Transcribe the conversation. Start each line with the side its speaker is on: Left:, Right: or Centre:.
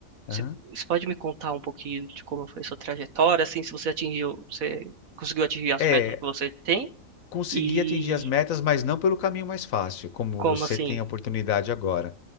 Left: Aham.
Right: Você você pode me contar um pouquinho de como foi sua trajetória, assim, se você atingiu, você conseguiu atingir as
Left: É,
Right: metas que você tem?
Left: conseguir
Right: E
Left: atingir as metas, mas não pelo caminho mais fácil, como
Right: como
Left: você
Right: assim?
Left: tem a oportunidade agora.